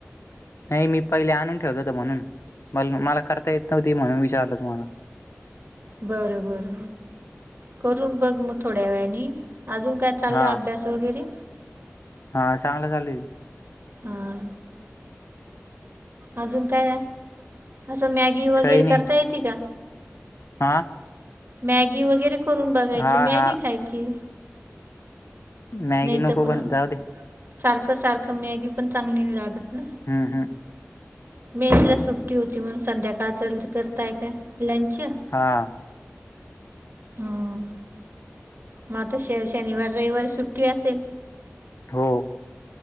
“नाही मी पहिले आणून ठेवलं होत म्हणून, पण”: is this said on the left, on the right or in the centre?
Left